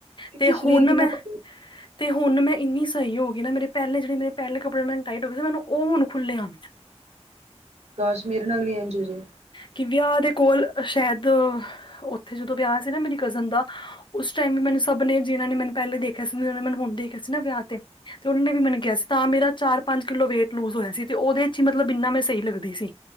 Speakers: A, on the left; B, on the right.
A: ਤੇ
B: ਸਰੀਰ
A: ਹੁਣ
B: ਕਿੰਨਾ
A: ਮੈਂ
B: ਪਤਲਾ,
A: ਤੇ, ਹੁਣ ਮੈਂ ਇੰਨੀ ਸਹੀ ਹੋ ਗਈ ਨਾ ਮੇਰੇ ਪਹਿਲੇ ਜਿਹੜੇ ਪਹਿਲੇ ਕੱਪੜੇ ਮੈਨੂੰ ਟਾਈਟ ਹੋਏ ਸੀ। ਮੈਨੂੰ ਉਹ ਹੁਣ ਖੁੱਲੇ ਆਉਂਣ ਤ।
B: ਕਾਸ਼ ਮੇਰੇ ਨਾਲ ਵੀ ਐਂਜ ਹੋ ਜੇ।
A: ਕੀ ਵਿਆਹ ਦੇ ਕੋਲ ਸ਼ਾਇਦ, ਉੱਥੇ ਜਦੋਂ ਵਿਆਹ ਸੀ ਨਾ ਮੇਰੀ ਕਜ਼ਨ ਦਾ ਉਸ ਟਾਈਮ ਵੀ ਮੈਨੂੰ ਸਭ ਨੇ ਜਿਹਨਾਂ ਨੇ, ਮੈਨੂੰ ਪਹਿਲੇ ਦੇਖਯਾ ਸੀ ਜ ਨੇ ਮੈ ਹੁਣ ਦੇਖਯਾ ਸੀ। ਨਾ ਵਿਆਹ ਤੇ ਉਹ ਨੇ ਵੀ ਮੈਨੂੰ ਕਿਹਾ ਸੀ, ਤਾਂ ਮੇਰਾ ਚਾਰ, ਪੰਜ ਕਿਲੋ ਵੇਟ ਲੂਜ ਹੋਇਆ ਸੀ। ਤੇ ਉਹਦੇ ਚ ਹੀ ਮਤਲਬ ਇੰਨਾ ਮੈਂ ਸਹੀ ਲੱਗਦੀ ਸੀ।